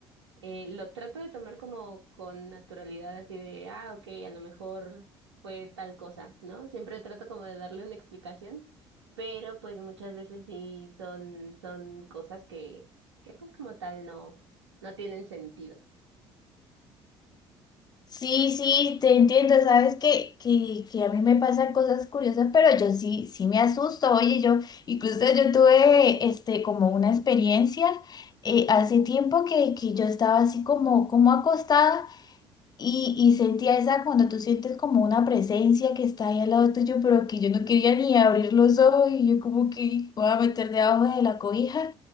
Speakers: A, on the right (about 75°); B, on the left (about 30°).
A: eh, lo trato de tomar como con naturalidad, así de, ah, ok, a lo mejor fue tal cosa, ¿no? Siempre trato como de darle una explicación, pero pues muchas veces sí son, son cosas que, que pues como tal no, no tienen sentido.
B: Sí, sí, te entiendo, sabes que, que, que a mí me pasan cosas curiosas, pero yo sí, sí me asusto, oye, yo incluso yo tuve este, como una experiencia eh, hace tiempo que, que yo estaba así como, como acostada. Y, y sentía esa, cuando tú sientes como una presencia que está ahí al lado tuyo, pero que yo no quería ni abrir los ojos y yo como que voy a meter debajo de la cobija.